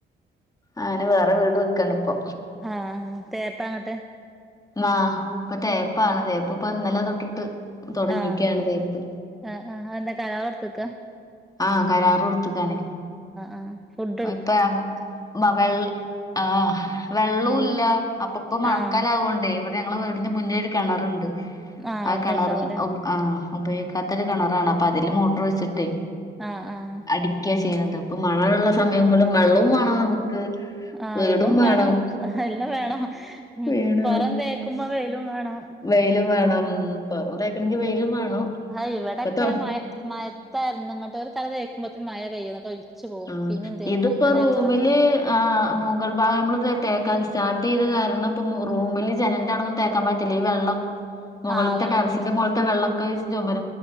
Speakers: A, on the left (about 20°); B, in the centre.
A: ആങ്ങനെ വേറെ വീട് വെക്കാണ് ഇപ്പൊ
B: ആ തേപ്പാ ഇങ്ങട്ട്
A: ആ ഇപ്പൊ തേപ്പാണ് തേപ്പ ഇപ്പൊ ഇന്നലെ തൊട്ടിട്ട് തുടങ്ങിക്കാണ്
B: ആ
A: തേപ്പ്
B: ആ ആ എന്താ കരാർ കെടുത്തക്കാ
A: ആഹ് കരാറ് കൊടുത്തക്കാണ്
B: ആ ഫുള്
A: ഇപ്പ വെ ആ വെള്ളവും
B: ഉം
A: ഇല്ല അപ്പെ ഇപ്പം മഴക്കാലം
B: ആഹ്
A: ആവോണ്ടേ ഇവിടെ ഞങ്ങള്ടെ വീടിന് മുന്നേ ഒരു കിണറുണ്ട്
B: ആ അവിടന്ന്
A: കിണർ
B: ഇണ്ടാവും
A: ആ ഉപയോഗിക്കാത്തൊരു കിണറാണ് അപ്പൊ അതില് മോട്ടർ വെച്ചിട്ടേ
B: ആഹ് ആഹ്
A: അടിക്ക ചെയ്യുന്നത് അപ്പൊ മഴ ഉള്ള സമയങ്ങളിൽ വെള്ളവും മാണ് നമുക്ക്
B: ആ
A: വീടും
B: വെള്ളം
A: വേണം
B: വേണോ എല്ലാം വേണോ ഉ
A: വീട്
B: പൊറം
A: വേ-
B: തേക്കുമ്പോ വെയിലും വേണോ
A: വെയിലും വേണം വെറുതേക്കണണമെങ്കി വെയിലും വേണം
B: ആ ഇവിടെൊക്കെ
A: ഇപ്പത്തെ
B: മ മഴത്തായിരുന്നു ഇങ്ങോട്ടൊ ഒരു തല തേക്കുമ്പോത്തേ മഴ പെയ്യും എനിട്ട് ഒലിച്ചു പോവും
A: ആ
B: പിന്നിം തേക്കും
A: ഇതിപ്പോ
B: അങ്ങനായിരുന്നു
A: റൂമില്
B: ഇവിടെ
A: ആ മുഗൽ ഭാഗംമ്മളയാ സ്റ്റാർട്ട് ചെയ്ത് കാരണം ഇപ്പ റൂമില് ജനന്റെ അണൊന്നും തേക്കാൻ പറ്റില്ല ഈ വെള്ളം മുകളളത്തെ
B: ആഹ് വെള്ളം
A: ടെറസിന്റെ
B: വന്നിട്ട്
A: മുഖളത്തെ വെള്ളൊക്കെ ചുമര